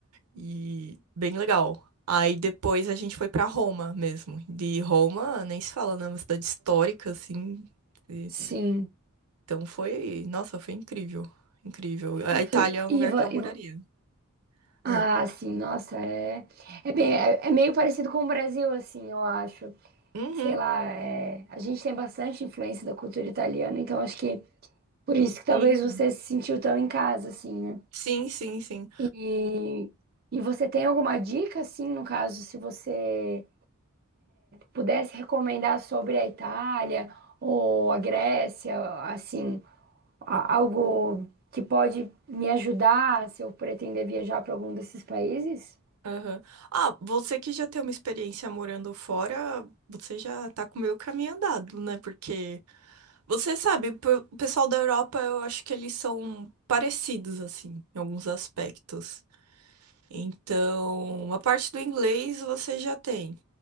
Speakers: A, on the right (about 85°); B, on the right (about 45°).
A: E bem legal. Aí depois a gente foi pra Roma mesmo. De Roma, nem se fala, né? Uma cidade histórica, assim. E-
B: Sim.
A: Então foi. Nossa, foi incrível. Incrível. A
B: E,
A: Itália
B: foi-
A: é um lugar
B: e, vo-
A: que eu moraria.
B: e vo- ah,
A: Ah,
B: sim, nossa, é, é, bem, é, é meio parecido com o Brasil, assim, eu acho.
A: Uhum,
B: Sei lá, é, a gente tem bastante influência da cultura italiana, então acho que por isso que talvez
A: sim.
B: você se sentiu tão em casa, assim, né?
A: Sim, sim, sim.
B: E, e você tem alguma dica, assim, no caso, se você pudesse recomendar sobre a Itália ou a Grécia, assim, a- algo que pode me ajudar se eu pretender viajar para algum desses países?
A: Aham. Ah, você que já tem uma experiência morando fora, você já tá com o meio caminho andado, né? Porque você sabe, p- o pessoal da Europa, eu acho que eles são parecidos, assim, em alguns aspectos. Então, uma parte do inglês você já tem.